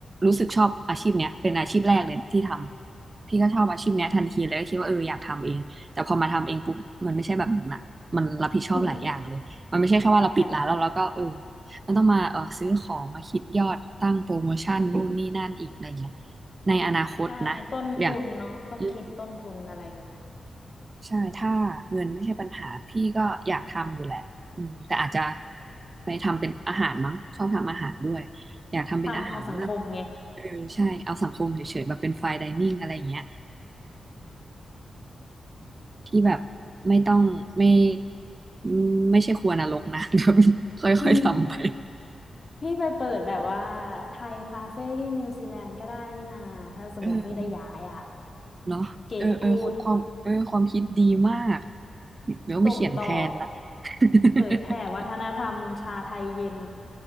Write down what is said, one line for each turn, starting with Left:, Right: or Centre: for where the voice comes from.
Right: รู้สึกชอบอาชีพเนี้ยเป็นอาชีพแรกเลยที่ทำพี่ก็ชอบอาชีพเนี้ยทันทีเลยก็คิดว่าเอออยากทำเองแต่พอมาทำเองปุ๊บมันไม่ใช่แบบนั้นอะมันรับผิดชอบหลายอย่างเลยมันไม่ใช่แค่ว่าเราปิดร้านแล้วเราก็เออ
Left: <laughs> อืมแบบ
Right: แล้วต้องมาเออซื้อของมาคิดยอดตั้งโปรโมชั่นนู่นนี่นั่นอีกอะไรเงี้ยในอนาคตนะอย่าง
Left: ใช่ต้นทุนเนาะต้องคิดต้นทุนอะไรเงี้ย
Right: อืมใช่ถ้าเงินไม่ใช่ปัญหาพี่ก็อยากทำอยู่แหละอืมแต่อาจจะไปทำเป็นอาหารมั้งชอบทำอาหารด้วยอยากทำเป็นอาหารมาก
Left: ทำเอาสังคมไง
Right: เออใช่เอาสังคมเฉยๆแบบเป็นไฟน์ไดนิ่งอะไรอย่างเงี้ยที่แบบไม่ต้องไม่อืมไม่ใช่ครัวนรกนะ <laughs> แบบค่อยๆทำไป
Left: อืมพี่ไปเปิดแบบว่าไทยคาเฟ่ที่นิวซีแลนด์ก็ได้นี่นาถ้าสมมติพี่ได้ย้ายอะ
Right: เออ เนาะเออเออความเออความคิดดีมาก
Left: เก๋กูด
Right: เดี๋ยวไปเขียนแทนละ
Left: ส่งต่อ
Right: <laughs>
Left: เผยแผ่วัฒนธรรมชาไทยเย็น